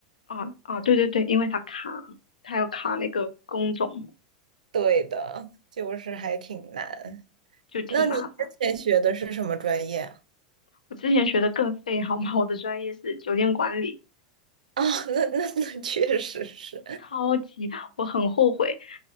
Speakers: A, on the left; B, on the right.
A: 啊啊，对对对，因为他卡，他要卡那个工种，
B: 对的，就是还挺难。
A: 就挺麻烦。
B: 那你之前学的是什么专业啊？
A: 我之前学的更废，好吗？我的专业是酒店管理。
B: <laughs> 哦，那那那确实是，
A: 超级，我很后悔，